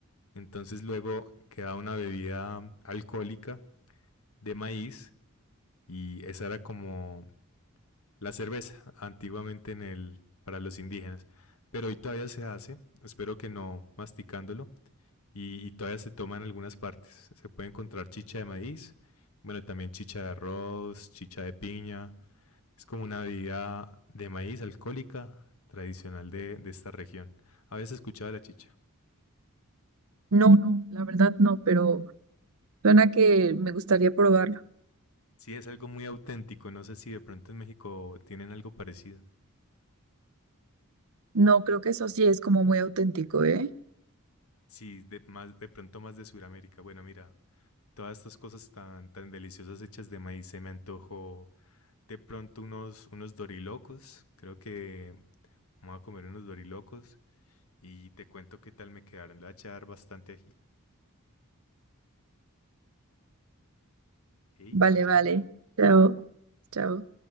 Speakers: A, on the left; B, on the right.
A: Entonces luego quedaba una bebida alcohólica de maíz y esa era como la cerveza antiguamente en el, para los indígenas. Pero hoy todavía se hace, espero que no masticándolo, y, y todavía se toma en algunas partes. Se puede encontrar chicha de maíz, bueno, también chicha de arroz, chicha de piña, es como una bebida de maíz alcohólica tradicional de, de esta región. Habías escuchado de la chicha.
B: No, no, la verdad no, pero suena que me gustaría probarlo.
A: Sí, es algo muy auténtico. No sé si de pronto en México tienen algo parecido.
B: No, creo que eso sí es como muy auténtico, ¿eh?
A: Sí, de, más, de pronto más de Sudamérica. Bueno, mira, todas estas cosas tan, tan deliciosas hechas de maíz se me antojó de pronto unos, unos dorilocos. Creo que vamos a comer unos dorilocos y te cuento qué tal me quedaron. Le voy a echar bastante ají. Hey,
B: Vale,
A: chao, chao.
B: vale. Chao, chao.